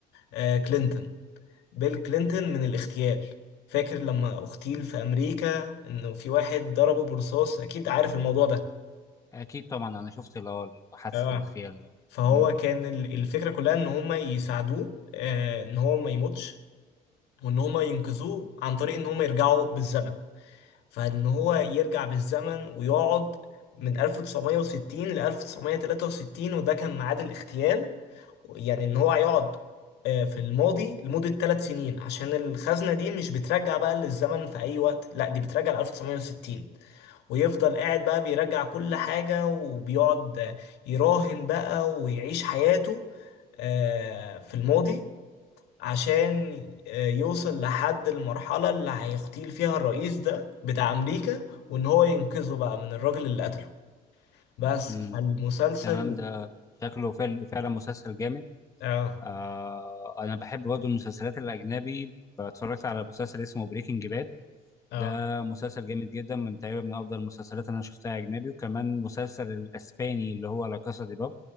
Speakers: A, on the left (about 85°); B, on the left (about 20°).
A: آه، كلينتون بيل كلينتون من الاغتيال فاكر لما اغتيل في امريكا انه في واحد ضربه برصاص اكيد عارف الموضوع ده
B: اكيد طبعا انا شفت اللي هو حادثه
A: اه
B: الاغتيال دي
A: فهو
B: امم
A: كان ال- الفكرة كلها ان هما يساعدوه آه ان هو ما يموتش وان هما ينقذوه عن طريق ان هما يرجعوا بالزمن فان هو يرجع بالزمن ويقعد من 1960 ل 1963 وده كان ميعاد الاغتيال يعني ان هو هيقعد آه، في الماضي لمدة ثلاث سنين عشان الخزنة دي مش بترجع بقى للزمن في أي وقت لا دي بترجع ل 1960 ويفضل قاعد بقى بيرجع كل حاجة وبيقعد آه، يراهن بقى ويعيش حياته آه، في الماضي عشان آه، يوصل لحد المرحلة اللي هيغتيل فيها الرئيس ده بتاع أمريكا وإن هو ينقذه بقى من الراجل اللي قتله بس
B: امم
A: فالمسلسل
B: تمام ده شكله فعل- فعلا مسلسل جامد
A: اه
B: آه انا بحب برضه المسلسلات الاجنبي اتفرجت على مسلسل اسمه بريكنج باد
A: اه
B: ده مسلسل جامد جدا من تقريبا من افضل المسلسلات اللي انا شفتها اجنبي وكمان مسلسل الاسباني اللي هو لا كاسا دي باب